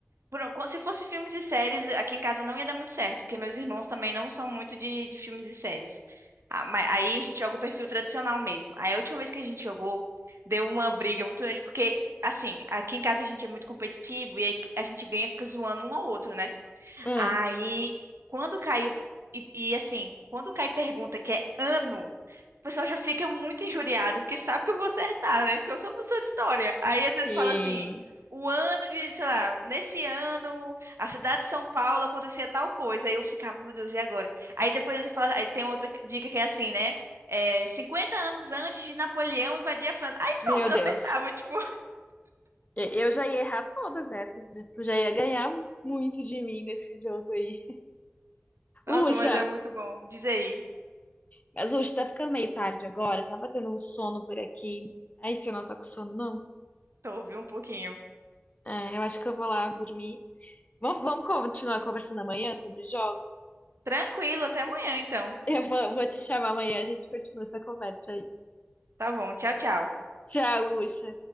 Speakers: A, on the right; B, on the left.
A: por- como Se fosse filmes e séries, aqui em casa não ia dar muito certo, porque meus irmãos também não são muito de, de filmes e séries. Ah, mas aí a gente joga o perfil tradicional mesmo. Aí a última vez que a gente jogou, deu uma briga muito grande, porque, assim, aqui em casa a gente é muito competitivo e aí a gente ganha e fica zoando um ao outro, né?
B: Ah,
A: Aí, quando caiu, e, e, assim, quando cai pergunta que é ano, o pessoal já fica muito injuriado, porque sabe que eu vou acertar, né? Porque eu sou professor de história. Aí, às vezes,
B: sim.
A: fala assim, o ano de, sei lá, nesse ano, a cidade de São Paulo acontecia tal coisa. Aí eu ficava, meu Deus, e agora? Aí depois eles falam, aí tem outra dica que é assim, né? É, 50 anos antes de Napoleão invadir a França. Aí pronto,
B: Meu
A: eu
B: Deus.
A: acertava, tipo, <laughs>
B: E- Eu já ia errar todas essas. e Tu já ia ganhar muito de mim nesse jogo aí.
A: nossa,
B: Uxa,
A: mas é muito bom. Diz aí,
B: mas Uxa, tá ficando meio tarde agora. Tá batendo um sono por aqui. Aí você não tá com sono, não?
A: tô ouvindo um pouquinho.
B: É, eu acho que eu vou lá dormir. Vamos, vamos continuar conversando amanhã sobre jogos?
A: Tranquilo, até amanhã, então.
B: Eu vou, vou te chamar amanhã, a gente continua essa conversa aí.
A: Tá bom, tchau, tchau.
B: Tchau, Uxa.